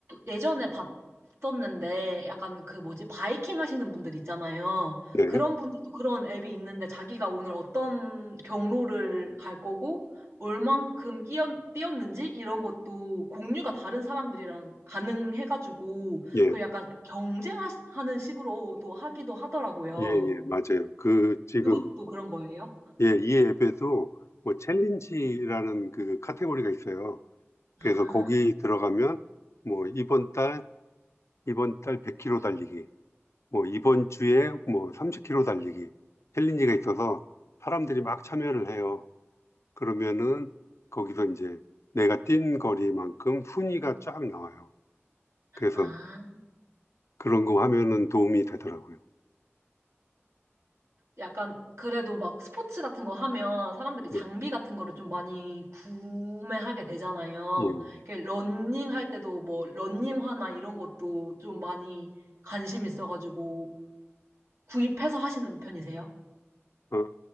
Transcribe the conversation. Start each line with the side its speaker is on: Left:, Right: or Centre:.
Right: 예전에 봤었는데 약간 그 뭐지 바이킹 하시는 분들 있잖아요.
Left: 네,
Right: 그런 분들도 그런 앱이 있는데 자기가 오늘 어떤 경로를 갈 거고 얼만큼 뛰었, 뛰었는지 이런 것도 공유가 다른 사람들이랑 가능해가지고
Left: 예,
Right: 그 약간 경쟁하는 식으로도 하기도 하더라고요.
Left: 예, 예, 맞아요. 그 지금
Right: 그것도 그런 거예요?
Left: 예, 이 앱에도 뭐 챌린지라는 그 카테고리가 있어요. 그래서
Right: 아,
Left: 거기 들어가면 뭐 이번 달 이번 달 100km 달리기, 뭐 이번 주에 뭐 30km 달리기 챌린지가 있어서 사람들이 막 참여를 해요. 그러면은 거기서 이제 내가 뛴 거리만큼 순위가 쫙 나와요. 그래서
Right: 아.
Left: 그런 거 하면은 도움이 되더라고요.
Right: 약간 그래도 막 스포츠 같은 거 하면 사람들이
Left: 네.
Right: 장비 같은 거를 좀 많이 구매하게 되잖아요.
Left: 예. 예.
Right: 이렇게 러닝 할 때도 뭐 러닝화나 이런 것도 좀 많이 관심 있어가지고 구입해서 하시는 편이세요?
Left: 어,